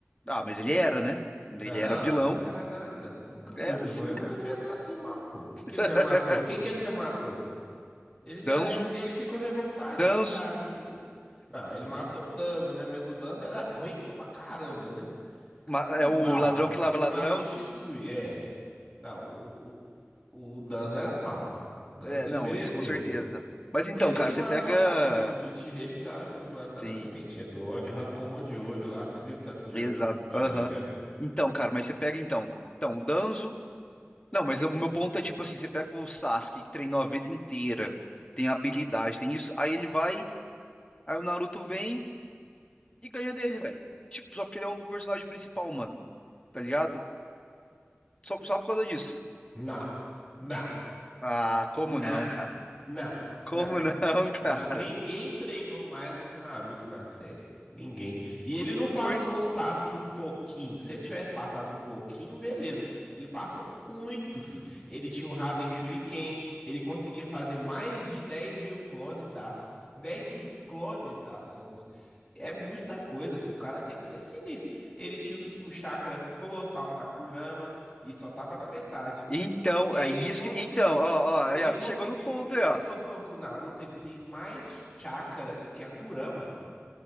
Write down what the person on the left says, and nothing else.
Ah, mas ele era, né? Ele
era vilão.
Era
sim,
cara.
<laughs>
Danzo.
Danzo.
ma-
É
o ladrão que lava
ladrão.
É,
não,
isso com certeza. Mas então,
cara,
você pega.
Sim,
exato.
Aham. Então, cara, mas você pega então. Então, o Danzo. Não, mas o meu ponto é tipo assim: você pega o Sasuke, que treinou a vida inteira, tem habilidade, tem isso. Aí ele vai, aí o Naruto vem e ganha dele, velho. Tipo, só porque ele é o personagem principal, mano. Tá ligado? Só, só por causa disso.
Ah, como
não, cara?
Como
não, <laughs> cara?
Por...
Então,
é isso
que. Então, ó, ó,
aí, ó,
você chegou no ponto
aí,
ó.